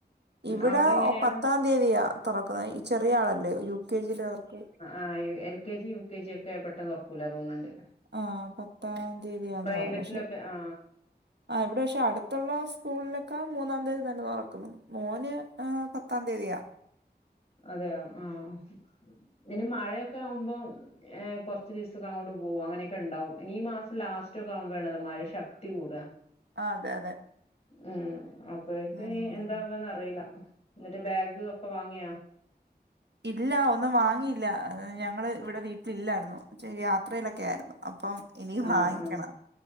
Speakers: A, on the right; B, on the left.
A: ഇവിടെ
B: അവിടെ എങ്ങനെയാണ്
A: പത്താം തീയതിയ തുറക്കുന്ന ഈ ചെറിയ ആളല്ലേ യു കെ ജിയില അവർക്ക്
B: ആഹ് L K G U K G ഒക്കെ പെട്ടെന്ന് തുറക്കൂല്ല തോന്നുന്നുണ്ട്
A: ആഹ് പത്താം തീയതിയാന്ന്
B: പ്രൈവറ്റിലൊക്കെ
A: പറഞ്ഞ പക്ഷെ
B: ആ
A: ആഹ് ഇവിടെ പക്ഷെ അടുത്തുള്ള സ്കൂളിലൊക്കെ മൂന്നാം തീയതി തന്നെ തുറക്കുന്നു മോന് പത്താം തീയതിയാ
B: അതെയ ആഹ് ഇവന് മഴയൊക്കെ ആവുമ്പോ ഏഹ് കുറച്ച് ദിവസക്ക അങ്ങോട്ട് പോകും അങ്ങനൊക്കെണ്ടാവും ഇനി ഈ മാസം ലാസ്റ്റ് ഒക്കെ ആവുമ്പോണല്ലോ മഴ ശക്തി ശക്തി കൂടാ
A: ആഹ് അതെ അതെ
B: ഉം അപ്പക്ക
A: ഉം
B: ഇനി എന്താവാ അറിയി- റയില്ല എന്നിട്ട് ബാഗ് ഒക്കെ വാങ്ങിയാ
A: ഇല്ല ഒന്നും വാങ്ങിയില്ല ഞങ്ങള് ഇവിടെ വീട്ടിലില്ലായിരുന്നു യാത്രയിലൊക്കെ ആയിരുന്നു അപ്പം ഇനി
B: ആഹ്
A: വാങ്ങിക്കണം
B: ആഹ്